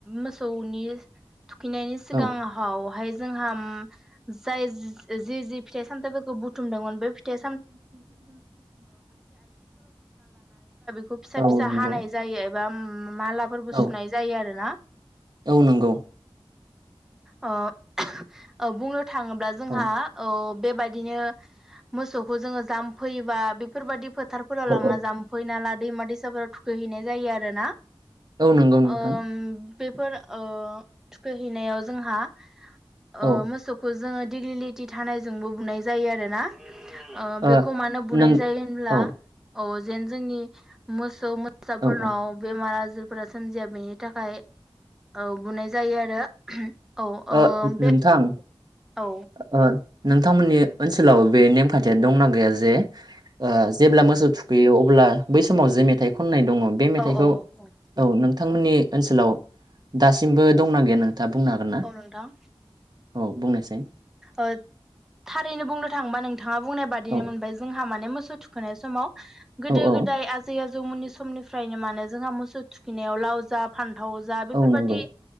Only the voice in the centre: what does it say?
मोसौनि थुखैनायनि सिगांहावहाय
जोंहाम जाय जि जि फिथाइ सामथाइफोरखौ बुथुमदोंअन बे फिथाय खौ फिसा फिसा
हानाय जायो एबा ओम मालाफोरबो
सुनाय जायो आरो ना
अ <unintelligible> ओ बुंङो थाङोब्ला जोंहा
औ बेबायदिनो मोसौखौ जोङो जामफै बा बेफोरबायदि फोथारफोराव
लांना जामफै नाला दैमा दैस <unintelligible> थुखैहैनाय जायो आरोना
ओम बेफोर ओ थुखैहैनायाव जोंहा
ओ मोसौखो जोङो डिग्लिलिटि धानाय जोंबो बुनाय जायो आरोना ओ
बेखौ मानो बुनाय
जायो होमब्ला
औ जेन जोंनि मोसौ मोसाफोरनाव
बेमार आजोर फोरा सोमजिया बेनि थाखाय औ बुनाय जायो आरो <unintelligible> औ ओम
बे
औ
औ औ औ
औ नोंथां
ओ थारैनो बुंनो थाङोबा नोंथाङा बुंनाय बादिनो
मोनबाय जोंहा माने मोसौ थुखोनाय समाव गोदो
गोदाय आजै आ जौमोननि समनिफ्रायनो मानो जोंहा मोसौ थुखिनायाव लाव जा फान्थाव जा बेफोरबादि